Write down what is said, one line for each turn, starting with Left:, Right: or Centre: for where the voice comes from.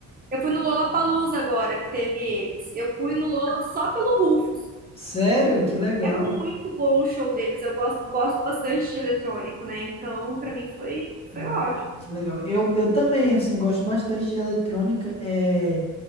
Right: Eu fui no Lollapalooza agora, que teve eles. Eu fui no Lola só pelo Rufus.
Left: Sério? Que legal.
Right: É muito bom o show deles. Eu gosto, gosto bastante de eletrônico, né? Então, pra mim foi,
Left: Ah,
Right: foi ótimo.
Left: que legal. Eu, eu também, assim, gosto bastante de eletrônica. É,